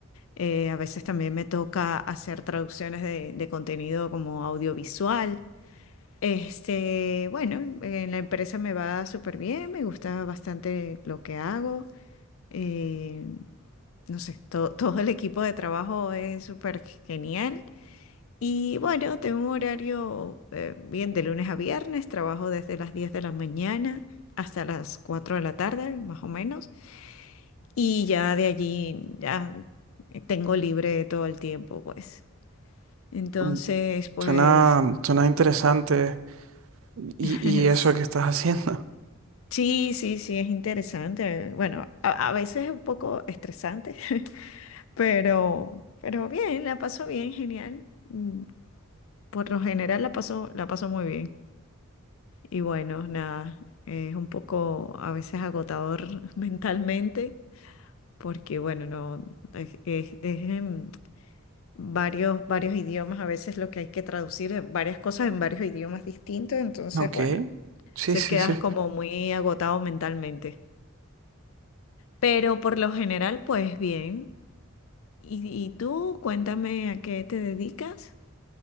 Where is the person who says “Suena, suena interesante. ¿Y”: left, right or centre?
Right